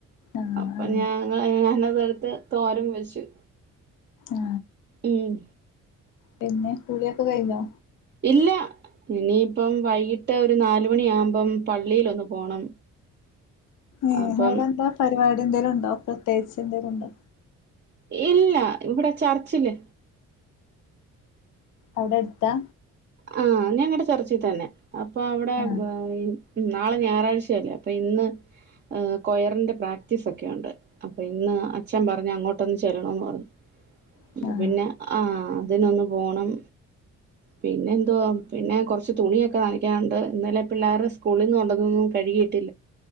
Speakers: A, on the left; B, on the right.
A: ആഹ്
B: അപ്പൊ ഞാങ്ങ ഞാനതടുത്ത് തോരൻ വെച്ചു.
A: ആ
B: ഉം
A: പിന്നെ കുളിയൊക്കെ കയ്ഞ്ഞോ?
B: ഇല്ല ഇനിയിപ്പം വൈകിട്ട് ഒരു നാലുമണിയാ മ്പം പള്ളിലൊന്ന് പോണം
A: ഏ
B: അപ്പം
A: അവ്ടെ ന്താ പരിപാടി ന്തേലും ണ്ടോ പ്രത്യേച്ച് ന്തേലും ണ്ടോ?
B: ഇല്ല ഇവ്ടെ ചർച്ചില്.
A: അവ്ട ട് ത്താ?
B: ആ ഞങ്ങടെ ചർച്ചി തന്നെ അപ്പൊ അവ്ടെ
A: ആഹ്
B: ബ ഈ നാളെ ഞായറാഴ്ചയല്ലേ ഇന്ന് ഏ കൊയറിന്റെ പ്രാക്ടീസ് ഒക്കെയോണ്ട്. അപ്പൊ ഇന്നാ അച്ഛൻ പറഞ്ഞ അങ്ങോട്ടൊന്ന് ചെലണോന്ന് പറഞ്ഞു.
A: ആഹ്
B: അപ്പൊ പിന്നെ ആ അതിനൊന്നു പോണം. പിന്നെ എന്തുവാ പിന്നെ കൊറച്ച് തുണിയെക്കെ നനയ്ക്കാണ്ട് ന്നലെ പിള്ളേർ സ്കൂളിന്ന് കൊണ്ടൊന്നോ ന്നു കഴുകിയിട്ടി